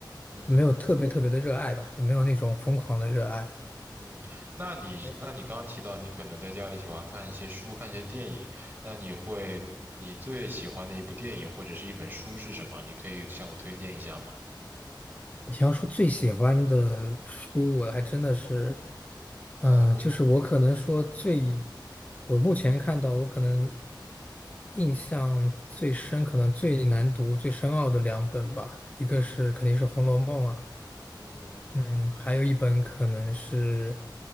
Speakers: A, on the right; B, on the left.
A: 嗯，
B: 没有特别特别的热爱吧，就没有那种疯狂的热爱。
A: 嗯，那你那你刚刚提到你可能在家里喜欢看一些书，
B: 对。
A: 看一些电影，那你会你最喜欢的一部电影或者是一本书是什么？你可以向我推荐一下吗？
B: 你要说最喜欢的书，我还真的是，
A: 那或
B: 嗯、就是我可能说最，我目前看到我可能印象最深，可能最难读、最深奥的两本吧，一个是肯定是《红楼梦》了，
A: 嗯，
B: 嗯，还有一本可能是，